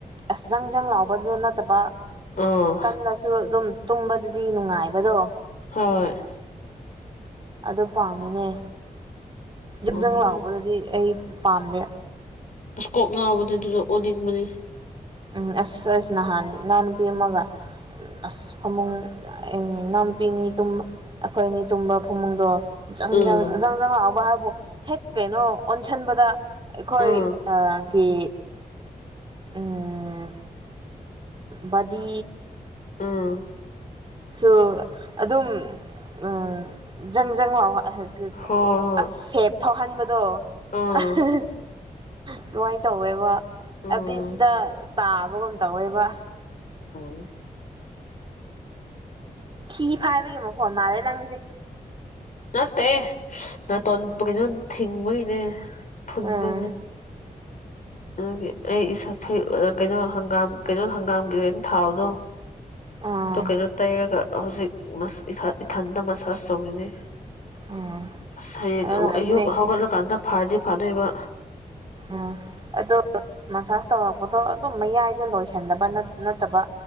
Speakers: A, on the right; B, on the left.
A: ꯑꯁ ꯖꯪꯖꯪ ꯂꯥꯎꯕꯗꯨ ꯅꯠꯇꯕ
B: ꯑꯥ
A: ꯀꯜꯂꯁꯨ ꯑꯗꯨꯝ ꯇꯨꯝꯕꯗꯨꯗꯤ ꯅꯨꯡꯉꯥꯏꯕꯗꯣ
B: ꯍꯣꯏ
A: ꯑꯗꯨ ꯄꯥꯝꯃꯤꯅꯦ ꯖꯤꯕꯗꯨꯡ
B: ꯎꯝ
A: ꯂꯥꯎꯕꯗꯨꯗꯤ ꯑꯩ ꯄꯥꯝꯗꯦ
B: ꯑꯁ ꯀꯣꯛ ꯉꯥꯎꯕꯗꯨ ꯑꯗꯨꯗꯨ ꯑꯣꯅꯤꯡꯕꯅꯤ
A: ꯎꯝ ꯑꯁ ꯑꯁ ꯅꯍꯥꯟ ꯏꯅꯥꯎ ꯅꯨꯨꯄꯤ ꯑꯃꯒ ꯑꯁ ꯐꯃꯨꯡ ꯑ ꯏꯅꯥꯎꯅꯨꯄꯤꯅꯤ ꯑꯩꯈꯣꯏꯅꯤ ꯇꯨꯝꯕ ꯐꯃꯨꯡꯗꯣ ꯪꯖꯪꯖꯪ
B: ꯎꯝ
A: ꯖꯪꯖꯪ ꯂꯥꯎꯕ ꯍꯥꯏ ꯍꯦꯛ ꯀꯩꯅꯣ ꯑꯣꯟꯁꯟꯕꯗ ꯑꯩꯈꯣꯏ
B: ꯎꯝ
A: ꯑ ꯒꯤ ꯎꯝ ꯎꯝ ꯕꯗꯤ
B: ꯎꯝ
A: ꯁꯨ ꯑꯗꯨꯝ ꯑ ꯖꯪ ꯖꯪ ꯂꯥꯎꯕ ꯑ ꯒ ꯒ
B: ꯍꯣꯏ
A: ꯑꯁꯦꯞ ꯊꯧꯍꯟꯕꯗꯣ
B: ꯍꯣꯏ ꯎꯝ
A: ꯑ ꯍꯍ ꯑꯗꯨꯃꯥꯏꯅ ꯇꯧꯋꯦꯕ
B: ꯎꯝ
A: ꯑꯕꯤꯁꯗ ꯇꯥꯕꯒꯨꯝ ꯇꯧꯋꯦꯕ
B: <inaudible>
A: ꯊꯤ ꯐꯥꯏꯕꯒꯤ ꯃꯈꯣꯟꯜ ꯃꯥꯜꯂꯦ ꯅꯪꯁꯦ
B: ꯅꯠꯇꯦ ꯅꯥꯇꯣꯟ ꯀꯩꯅꯣ ꯊꯤꯡꯕꯒꯤꯅꯦ ꯐꯨꯟꯕꯩꯅꯦ
A: ꯑꯥ
B: ꯑꯒꯤ ꯑꯩ ꯏꯁ ꯐꯨꯏ ꯑ ꯀꯩꯅꯣ ꯍꯪꯒꯥꯝ ꯀꯩꯅꯣ ꯑ ꯍꯪꯒꯥꯝꯒꯤ ꯑꫭꯏꯕ ꯊꯥꯎꯗꯣ
A: ꯑꯥ
B: ꯑꯗꯨ ꯀꯩꯅꯣ ꯇꯩꯔꯒ ꯍꯧꯖꯤꯛ ꯃꯁ ꯏꯊꯥ ꯏꯊꯟꯗ ꯃꯁꯥꯁ ꯇꯧꯔꯤꯅꯦ
A: ꯎꯝ
B: ꯁ ꯍꯌꯦꯡ
A: ꯑꯗꯨ ꯍꯥꯏꯕꯅꯦ
B: ꯑꯌꯨꯛ ꯍꯧꯒꯠꯂ ꯀꯥꯟꯗ ꯐꯔꯗꯤ ꯐꯗꯣꯏꯕ
A: ꯎꯝ ꯑꯗꫭ ꯃꯁꯥꯁ ꯇꯧꯔꯛꯄꯗꯣ ꯑꯗꯨꯝ ꯃꯌꯥꯏꯗ ꯂꯣꯏꯁꯟꯅꯗꯕ ꯅꯠꯇꯕ